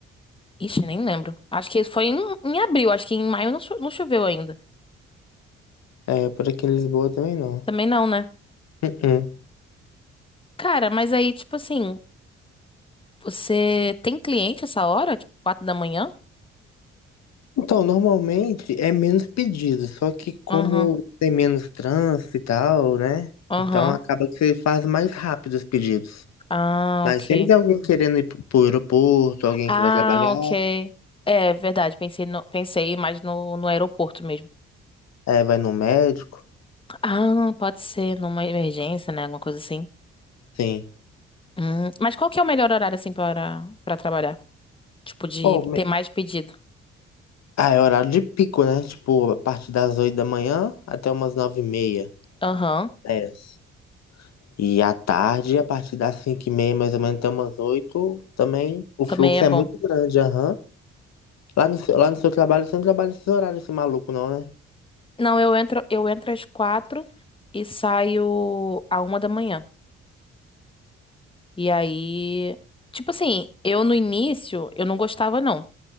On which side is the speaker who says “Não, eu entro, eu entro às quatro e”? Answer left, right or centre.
Left